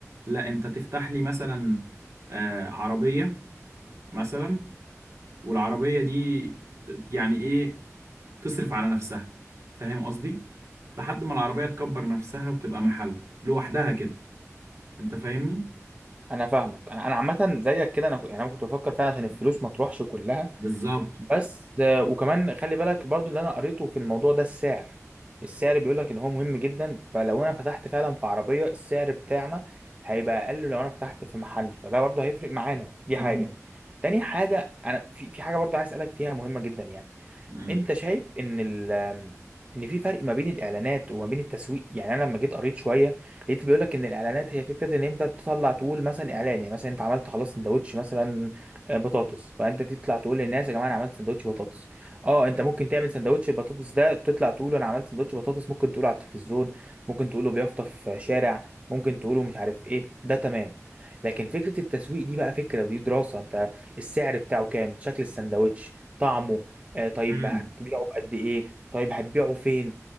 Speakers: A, on the right; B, on the right.
A: لا انت تفتح لي مثلا آه عربية مثلا والعربية دي ت- يعني ايه تصرف على نفسها فاهم قصدي لحد ما العربية تكبر نفسها وتبقى محل لوحدها كده انت فاهمني
B: انا فاهمك انا انا عامة زيك كده انا ك- يعني انا كنت بفكر فيها عشان الفلوس ما تروحش كلها
A: بالظبط
B: بس آه، وكمان خلي بالك برضو اللي انا قريته في الموضوع ده السعر السعر بيقول لك ان هو مهم جدا فلو انا فتحت فعلا في عربية السعر بتاعنا هيبقى اقل لو انا فتحت في محل فده برضو هيفرق معانا دي حاجة
A: امم
B: تاني حاجة انا في في حاجة برضو عايز اسالك فيها مهمة جدا يعني
A: امم
B: انت شايف ان ال ان في فرق ما بين الاعلانات وما بين التسويق يعني انا لما جيت قريت شويه لقيت بيقول لك ان الاعلانات هي فكره ان انت تطلع تقول مثلا اعلان يعني مثلا انت عملت خلاص سندوتش مثلا آه، بطاطس فانت تطلع تقول للناس يا جماعه انا عملت سندوتش بطاطس اه انت ممكن تعمل سندوتش البطاطس ده تطلع تقول انا عملت سندوتش بطاطس ممكن تقوله على التلفزيون ممكن تقوله بيافطه في شارع ممكن تقوله مش عارف ايه ده تمام لكن فكره التسويق دي بقى فكره ودي دراسه انت السعر بتاعه كام شكل السندوتش طعمه آه طيب
A: امم
B: هتبيعه بقد ايه طيب هتبيعه فين